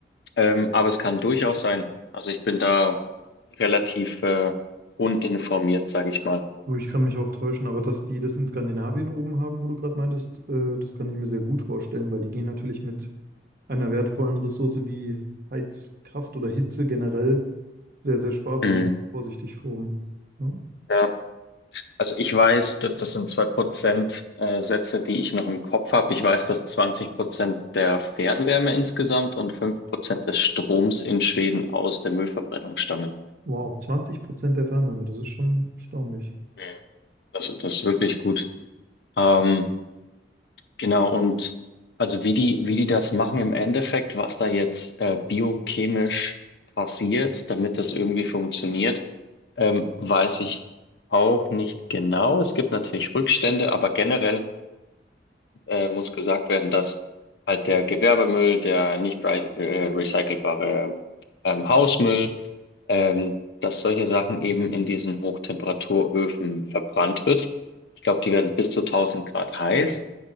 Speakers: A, on the left; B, on the right.
A: Ähm, aber es kann durchaus sein. Also ich bin da relativ äh, uninformiert, sage ich mal.
B: Du, Ich kann mich auch täuschen, aber dass die das in Skandinavien oben haben, wo du gerade meintest, äh, das kann ich mir sehr gut vorstellen, weil die gehen natürlich mit einer wertvollen Ressource wie Heizkraft oder Hitze generell sehr, sehr sparsam,
A: Mhm.
B: vorsichtig vorm. Ja.
A: Ja. Also ich weiß, da- das sind 2% äh, Sätze, die ich noch im Kopf habe. Ich weiß, dass 20% der Fernwärme insgesamt und 5% des Stroms in Schweden aus der Müllverbrennung stammen.
B: Wow, 20 Prozent der Fernwärme, das ist schon erstaunlich.
A: Mhm. Das, das ist wirklich gut. Ähm, genau, und also wie die, wie die das machen im Endeffekt, was da jetzt äh, biochemisch passiert, damit das irgendwie funktioniert, ähm, weiß ich auch nicht genau. Es gibt natürlich Rückstände, aber generell. äh, muss gesagt werden, dass halt der Gewerbemüll, der nicht rei- äh, recycelbare ähm, Hausmüll, ähm, dass solche Sachen eben in diesen Hochtemperaturöfen verbrannt wird. Ich glaube, die werden bis zu 1000 Grad heiß.